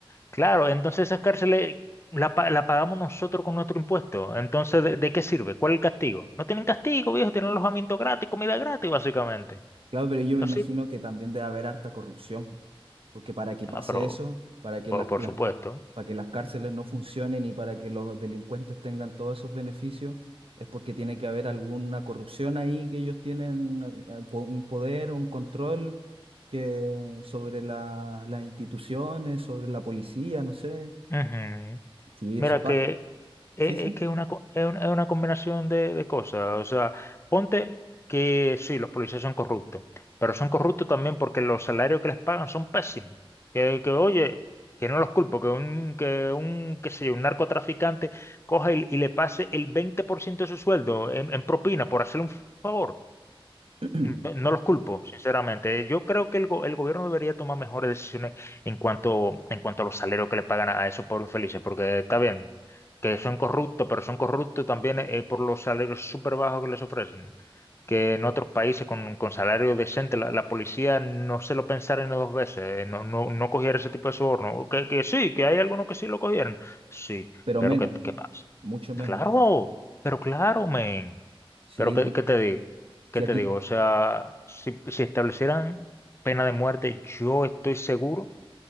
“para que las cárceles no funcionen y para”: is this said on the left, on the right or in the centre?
Right